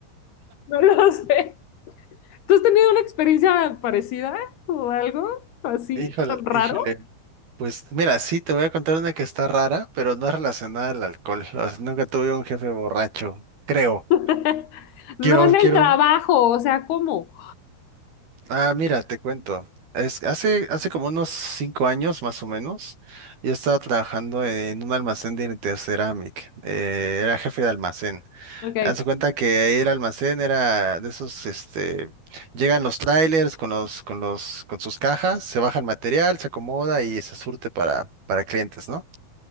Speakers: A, on the left; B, on the right.
A: No lo sé. ¿Tú has tenido una experiencia parecida o algo así
B: Híjole,
A: tan raro?
B: híjole. Pues mira, sí, te voy a contar una que está rara, pero no es relacionada al alcohol. O sea, nunca tuve un jefe borracho, creo.
A: <laughs> No
B: Quiero,
A: en el
B: quiero,
A: trabajo, o sea, ¿cómo?
B: Ah, mira, te cuento. Es, hace, hace como unos cinco años más o menos, yo estaba trabajando en un almacén de Interceramic. Eh, era jefe de almacén.
A: Ok.
B: Haz de cuenta que ahí el almacén era de esos, este, llegan los trailers con los, con los, con sus cajas, se baja el material, se acomoda y se surte para, para clientes, ¿no?